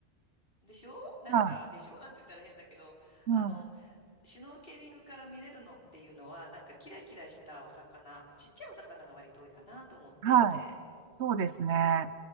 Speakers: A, on the left; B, on the right.
A: ん。でしょなんか、
B: は
A: でしょなんて言ったら変だけど、
B: い。
A: あの、
B: うん。
A: シュノーケリングから見れるのっていうのは、なんかキラキラしたお魚、ちっちゃいお魚が割と多いかなと思っていて。
B: はい。そうですね。